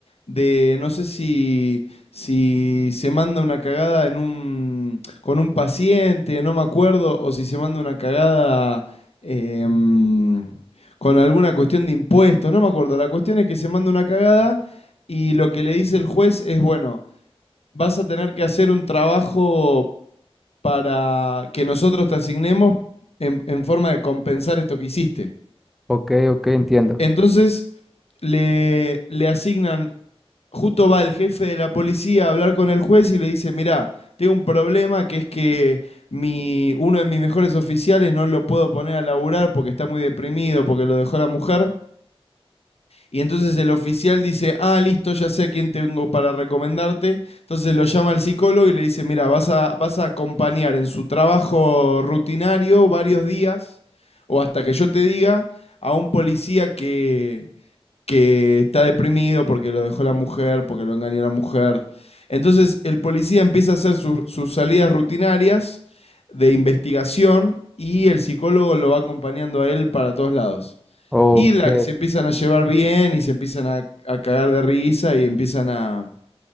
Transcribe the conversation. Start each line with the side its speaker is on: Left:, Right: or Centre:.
Left: de no sé si, si se manda una cagada en un, con un paciente, no me acuerdo, o si se manda una cagada em, con alguna cuestión de impuestos, no me acuerdo. La cuestión es que se manda una cagada y lo que le dice el juez es, bueno, vas a tener que hacer un trabajo para que nosotros te asignemos en, en forma de compensar esto que hiciste.
Centre: Ok, ok, entiendo.
Left: Entonces le, le asignan, justo va el jefe de la policía a hablar con el juez y le dice, mirá, tengo un problema que es que mi, uno de mis mejores oficiales no lo puedo poner a laburar porque está muy deprimido, porque lo dejó la mujer. Y entonces el oficial dice, ah, listo, ya sé a quién tengo para recomendarte. Entonces lo llama al psicólogo y le dice, mira, vas a, vas a acompañar en su trabajo rutinario varios días o hasta que yo te diga a un policía que, que está deprimido porque lo dejó la mujer, porque lo engañó la mujer. Entonces el policía empieza a hacer sus- sus salidas rutinarias de investigación y el psicólogo lo va acompañando a él para todos lados.
Centre: Ok.
Left: Y la- se empiezan a llevar bien y se empiezan a, a cagar de risa y empiezan a,